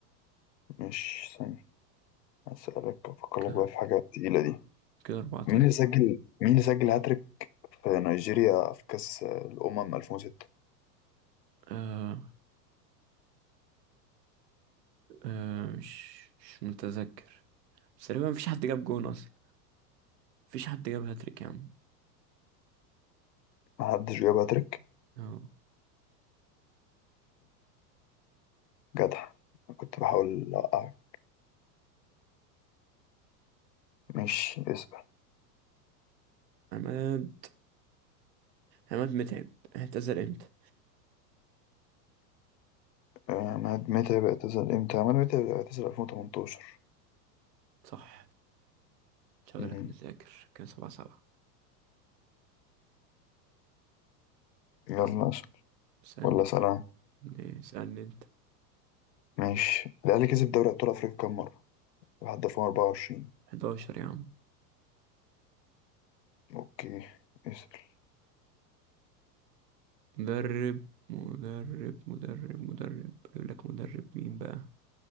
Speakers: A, on the left; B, on the right.
A: مش ثانية هسألك أفكر
B: كده
A: لك بقى في حاجة تقيلة دي
B: كده اربعة تلاتة
A: مين اللي سجل مين اللي سجل هاتريك في نيجيريا في كأس آه، الأمم 2006
B: أه أه مش مش متذكر بس تقريبا مفيش حد جاب جون اصلا مفيش حد جاب هاتريك يا عم
A: محدش جاب هاتريك
B: اه
A: جدع كنت بحاول أوقعك مش اسأل
B: عماد عماد متعب اعتذر امتى
A: آه، مهد متى بيعتزل امتى؟ عماد متى بيعتزل 2018
B: صح شغلك
A: مم.
B: مذاكر كان سبعة سبعة
A: يلا
B: بس-
A: اسأل
B: اسألني
A: ولا سلام
B: اسألني انت
A: ماشي الأهلي كسب دوري أبطال أفريقيا كام مرة؟ لحد 2024
B: 11 يا عم
A: أوكي اسأل
B: مدرب مدرب مدرب مدرب اجيب لك مدرب مين بقى